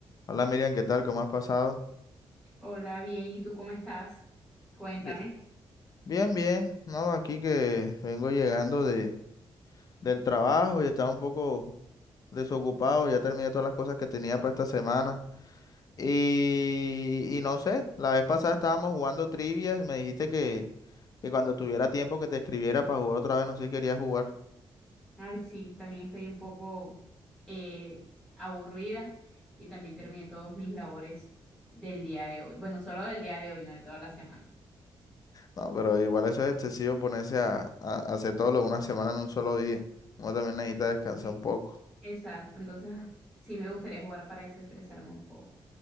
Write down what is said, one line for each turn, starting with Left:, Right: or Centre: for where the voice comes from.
Left: Hola Miriam, ¿qué tal? ¿Cómo has pasado?
Centre: Hola, bien, ¿y tú cómo estás? Cuéntame.
Left: Bien, bien, bien. No, aquí que vengo llegando de, del trabajo y estaba un poco desocupado. Ya terminé todas las cosas que tenía para esta semana. Y, y no sé, la vez pasada estábamos jugando trivias. Me dijiste que, que cuando tuviera tiempo que te escribiera para jugar otra vez. No sé si querías jugar.
Centre: Ay, sí, también estoy un poco eh, aburrida y también terminé todos mis labores del día de hoy. Bueno, solo del día de hoy, no de toda la semana.
Left: No, pero igual eso es excesivo ponerse a, a hacer todo lo de una semana en un solo día. Uno también necesita descansar
Centre: Sí.
Left: un poco.
Centre: Exacto, entonces ah, sí me gustaría jugar para desestresarme un poco.